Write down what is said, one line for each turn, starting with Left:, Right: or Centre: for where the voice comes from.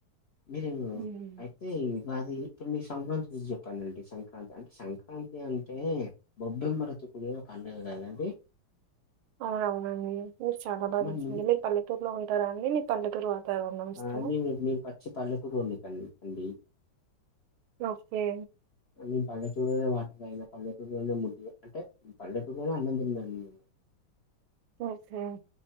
Left: మీరు
Right: హ్మ్.
Left: అయితే కాది ఇప్పుడు మీ సంక్రాంతి చూసి చెప్పండండి సంక్రాంతి అంటే సంక్రాంతి అంటే గొ బ్బెమ్మాలతో ఈరోజు పండుగకదండీ
Right: అవునవునండి ఊరు చాలా బాగుంది
Left: మరి ను-
Right: పల్లెటూర్లో ఉంటారు అండి పల్లెటూరు వాతావరణం ఇష్టమా?
Left: ఆ న మీరు పచ్చి పల్లెటూరు వాళ్లే కదండీ
Right: ఓకే
Left: నేను పల్లెటూరులోనే వాటర్ తాగిన పల్లెటూరులోనే ముద్దలు అంటే పల్లటూర్లోనే అన్నం తిన్నా నేను
Right: ఓకే